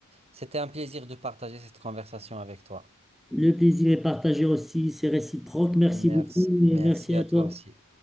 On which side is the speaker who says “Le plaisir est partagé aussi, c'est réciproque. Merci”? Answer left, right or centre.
Centre